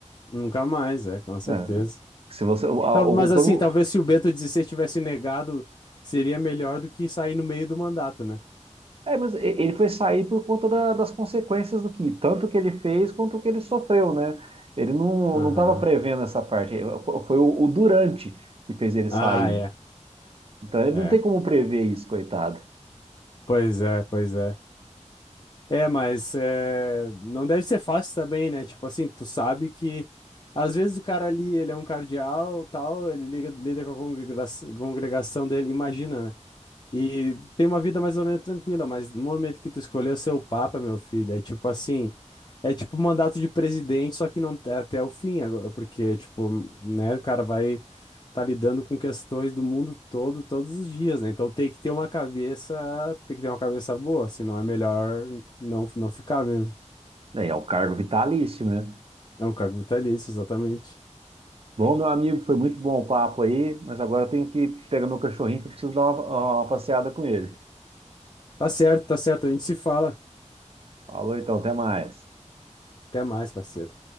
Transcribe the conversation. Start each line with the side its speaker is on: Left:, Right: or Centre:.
Left: Nunca mais, é, com certeza.
Right: né? Se você, a-
Left: Tal-
Right: o-
Left: Mas
Right: quando
Left: assim, talvez se o Bento XVI tivesse negado, seria melhor do que sair no meio do mandato, né?
Right: É, mas e- ele foi sair por conta da- das consequências do que, tanto que ele fez quanto o que ele sofreu, né? Ele não
Left: Aham.
Right: não estava prevendo essa parte. Ele- fo- Foi o, o Durante que fez ele sair.
Left: Ah, é.
Right: Então ele
Left: É.
Right: não tem como prever isso, coitado.
Left: Pois é, pois é. É, mas é, não deve ser fácil também, né? Tipo assim, tu sabe que às vezes o cara ali, ele é um cardeal, tal, ele liga, lida com a congrega- congregação dele, imagina, né? E tem uma vida mais ou menos tranquila, mas no momento que tu escolheu ser o Papa, meu filho, é tipo assim, é tipo um mandato de presidente, só que não é até o fim, agora, porque, tipo, né, o cara vai tá lidando com questões do mundo todo, todos os dias, né? Então tem que ter uma cabeça, tem que ter uma cabeça boa, senão é melhor não, não ficar mesmo.
Right: É, é o cargo vitalício, né?
Left: É um cargo vitalício, exatamente.
Right: Bom, meu amigo, foi muito bom o papo aí, mas agora eu tenho que pegar meu cachorrinho que eu preciso dar uma, uma passeada com ele.
Left: Tá certo, tá certo, a gente se fala.
Right: Falou então, até mais.
Left: Até mais, parceiro.